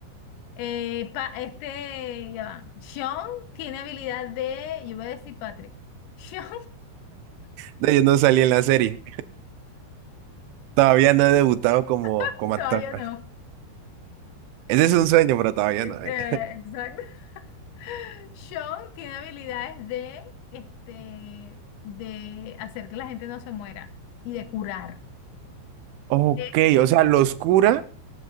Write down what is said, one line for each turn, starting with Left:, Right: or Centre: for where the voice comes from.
Left: Eh, pa- este, ya van. Sean tiene habilidad de, yo voy a decir Patrick. Sean
Right: No, yo no salí en la serie. Todavía no he debutado como,
Left: <laughs>
Right: como
Left: todavía
Right: actor.
Left: no.
Right: Ese es un sueño, pero todavía
Left: Eh,
Right: no. eh.
Left: eh, exacto. <laughs> Sean tiene habilidades de, este, de hacer que la gente no se muera y de curar.
Right: Ok,
Left: Este,
Right: o sea, los cura.